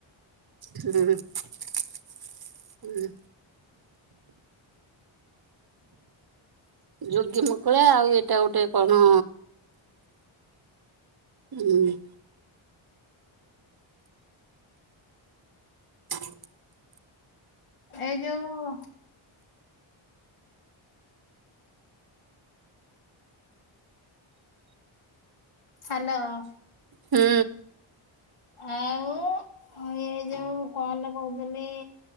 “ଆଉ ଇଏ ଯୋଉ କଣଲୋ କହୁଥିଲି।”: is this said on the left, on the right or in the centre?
Left